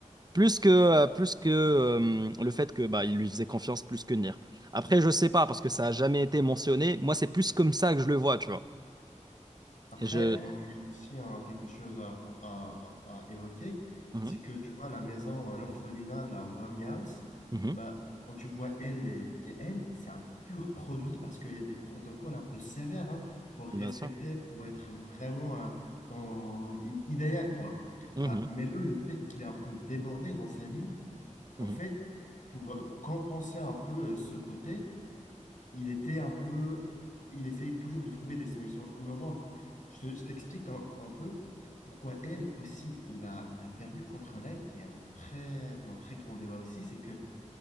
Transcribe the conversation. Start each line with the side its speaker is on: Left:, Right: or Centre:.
Right: Plus que, euh, plus que euh, le fait que bah, il lui faisait confiance plus que Nier. Après, je sais pas, parce que ça a jamais été mentionné. Moi, c'est plus comme ça que je le vois, tu vois.
Left: Après,
Right: Et je.
Left: on- il y a aussi hein, quelque chose à, pro- à- à- à évoquer,
Right: Mhm,
Left: c'est que tu vois, la maison, euh, l'orphelinat, la Whammy House,
Right: mhm,
Left: bah, quand tu vois L et, et N, c'est un pur produit parce qu'il y a des protocoles un peu sévères. hein. faut respecter
Right: bien sûr.
Left: pour être vraiment euh, dans l'i- idéal, quoi.
Right: Mhm,
Left: Bah, mais le, le fait qu'il est un peu débordé dans sa vie, en
Right: mhm,
Left: fait, pour euh, compenser un peu euh, ce côté, il était un peu, il essayait toujours de trouver des solutions innovantes. Je, te- je t'explique un, un peu pourquoi elle aussi, il a, il a perdu contre Light et un très, un très grand débat aussi, c'est que